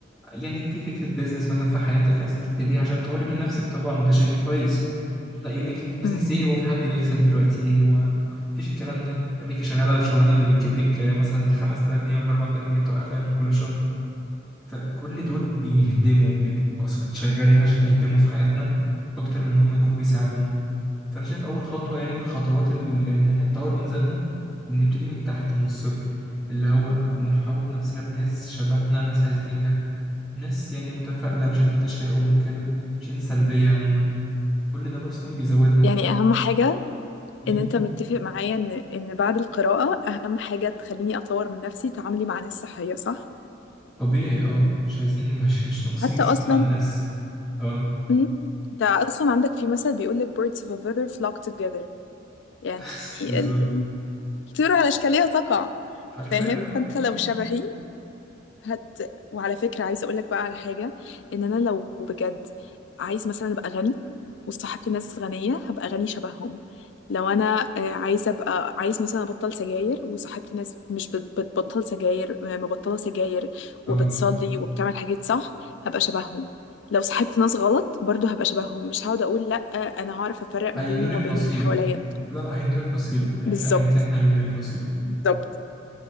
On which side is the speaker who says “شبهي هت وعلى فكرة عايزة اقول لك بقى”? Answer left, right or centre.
Left